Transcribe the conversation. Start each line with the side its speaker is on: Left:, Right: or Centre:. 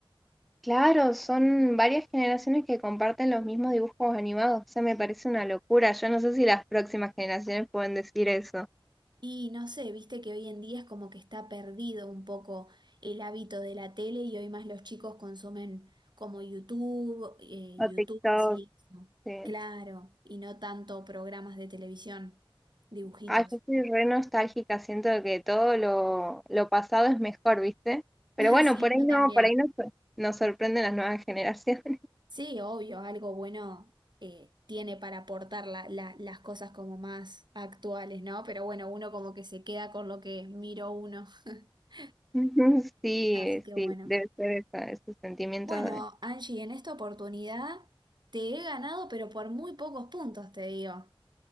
Centre: Claro, son varias generaciones que comparten los mismos dibujos animados. O sea, me parece una locura. Yo no sé si las próximas generaciones pueden decir eso.
Right: Y no sé, viste que hoy en día es como que está perdido un poco el hábito de la tele y hoy más los chicos consumen como YouTube, eh,
Centre: O
Right: YouTube,
Centre: TikTok.
Right: sí, eso.
Centre: sí.
Right: Claro, y no tanto programas de televisión, dibujitos.
Centre: Ah, yo soy re nostálgica. Siento que todo lo, lo pasado es mejor, ¿viste? Pero
Right: <laughs>
Centre: bueno,
Right: Sí,
Centre: por ahí
Right: yo
Centre: no,
Right: también.
Centre: por ahí no, nos nos sorprenden las nuevas generaciones.
Right: Sí, obvio, algo bueno eh, tiene para aportar la- la- las cosas como más actuales, ¿no? Pero bueno, uno como que se queda con lo que miro uno. <laughs>
Centre: <laughs> Sí,
Right: Así que
Centre: sí,
Right: bueno.
Centre: debe ser esa- ese sentimiento
Right: Bueno,
Centre: de...
Right: Angie, en esta oportunidad te he ganado, pero por muy pocos puntos, te digo.